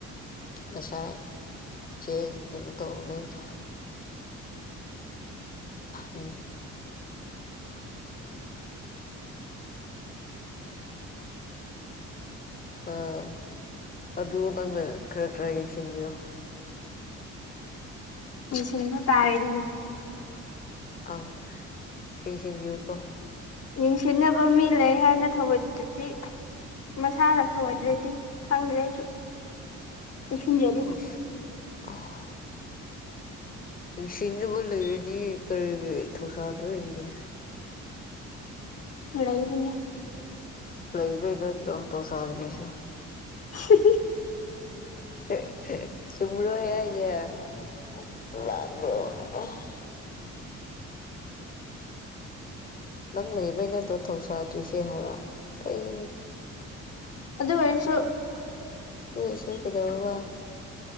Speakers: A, on the left; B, on the left.
A: ꯉꯁꯥꯏ ꯆꯦꯡ ꯀꯩꯅꫭ ꯇꯧꯔꯨꯕꯩꯅ‌ꯦ ꯎꯝ ꯑꯥ ꯑꯗꯨ ꯅꯪꯅ ꯈꯔ ꯈꯔ ꯌꯦꯡꯁꯤꯟꯕꯤꯌꯣ
B: ꯃ‌ꯦꯟꯁꯤꯟꯕ ꯇꯥꯔ‌ꯦꯗꯅ
A: ꯑꯧ ꯌ‌ꯦꯡꯁꯤꯟꯕꯤꯌꯨꯀꫭ
B: ꯌꯦꯡꯁꯤꯟꯅꯕ ꯃꯤ ꯂꯩ ꯍꯥꯏꯅ ꯊꯑꯣꯏꯗꯔꯗꯤ ꯃꯁꯥꯅ ꯊꯧꯑꯣꯗ꯭ꯔꯗꯤ ꯈꯪꯗꯔꯦ ꯑꯩꯁꯨ ꯆꯦꯛꯁꯤꯟꯗ꯭ꯔꯗꯤ
A: <unintelligible> ꯌ‌ꯦꯡꯁꯤꯟꯗꯨꯕ ꯂꯩꯔꯗꯤ ꯀꯔꯤꯒꯤ ꯊꯧꯁꯥꯗꯣꯔꯤꯒꯦ
B: ꯂꯩꯔꯤꯅ
A: ꯂꯩꯕꯩ ꯅꯠꯇꯔꯣ ꯊꯧꯁꯗꯔ꯭ꯤꯁꯦ
B: ꯍꯤ ꯍꯤ
A: ꯆꯨꯝꯕꯔꯣ ꯑꯩꯅ ꯍꯥꯏꯁꯦ <unintelligible> ꯅꯪ ꯂꯩꯕꯩꯅꯠꯇꯔꯣ ꯊꯧꯁꯥꯗ꯭ꯔꯤꯁꯦ ꯍꯥꯏꯕ ꯀꯩ
B: ꯑꯗꯨ ꯑꯣꯏꯔꯁꯨ
A: ꯑꯗꯨꯏ ꯑꫭꯏꯁꯨ ꯀꯩꯗꯧꯔꯕ